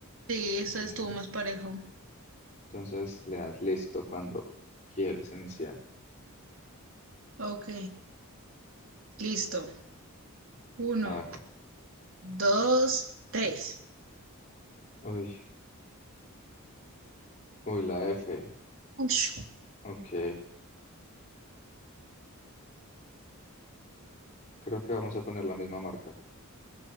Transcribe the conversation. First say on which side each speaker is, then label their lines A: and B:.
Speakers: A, on the right (about 65°); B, on the left (about 35°).
A: Sí, esa
B: Bien.
A: estuvo más parejo.
B: Entonces, le das listo cuando quieres iniciar.
A: Ok, listo. Uno,
B: A ver.
A: dos, tres.
B: Uy, uy, la F.
A: Ush,
B: Ok, creo que vamos a poner la misma marca,